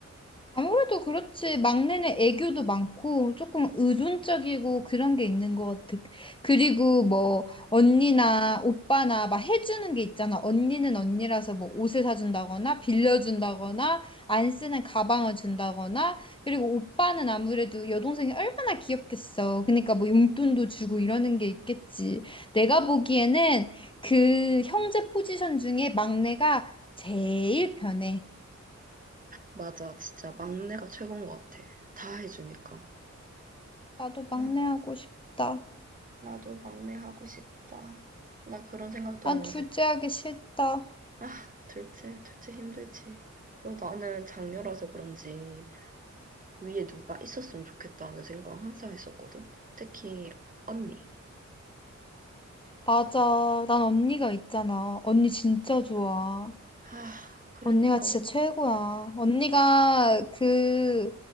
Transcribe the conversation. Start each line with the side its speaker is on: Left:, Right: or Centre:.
Left: 아무래도 그렇지. 막내는 애교도 많고, 조금 의존적이고 그런 게 있는 것 같아. 그리고 뭐, 언니나 오빠나 막 해주는 게 있잖아. 언니는 언니라서 뭐 옷을 사준다거나, 빌려준다거나, 안 쓰는 가방을 준다거나, 그리고 오빠는 아무래도 여동생이 얼마나 귀엽겠어. 그러니까 뭐 용돈도 주고 이러는 게 있겠지. 내가 보기에는 그 형제 포지션 중에 막내가 제일 편해.
Right: 맞아, 진짜 막내가 최고인 것 같아. 다 해주니까.
Left: 나도 막내
Right: 아,
Left: 하고 싶다.
Right: 나도 막내 하고 싶다. 나 그런 생각도
Left: 난
Right: 하는데.
Left: 둘째 하기 싫다.
Right: 아, 둘째, 둘째 힘들지. 그리고 나는 장녀라서 그런지 위에 누가 있었으면 좋겠다는 생각 항상 했었거든. 특히 언니.
Left: 맞아. 난 언니가 있잖아. 언니 진짜 좋아.
Right: 아, 그러니까.
Left: 언니가 진짜 최고야. 언니가 그,